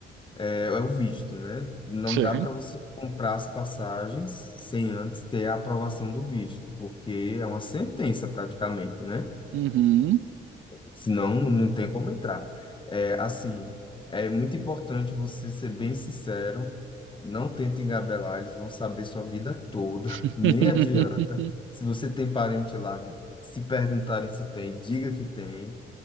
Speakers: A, on the left; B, on the right.
A: é, é o visto, né? Não
B: sim.
A: dá para você comprar as passagens sem antes ter a aprovação do visto, porque é uma sentença praticamente, né?
B: Uhum.
A: Senão não tem como entrar. É, assim, é muito importante você ser bem sincero, não tenta engabelar, eles vão saber sua vida toda,
B: <laughs>
A: <laughs> nem adianta. Se você tem parente lá, se perguntarem se tem, diga que tem.